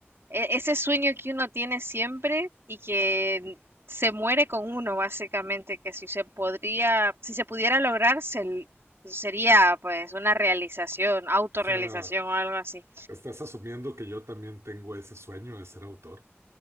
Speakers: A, on the right (about 65°); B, on the right (about 85°).
A: e- ese sueño que uno tiene siempre y que se muere con uno, básicamente, que si se podría, si se pudiera lograr, se- sería pues una realización, autorrealización
B: O sea,
A: o algo así.
B: Estás asumiendo que yo también tengo ese sueño de ser autor.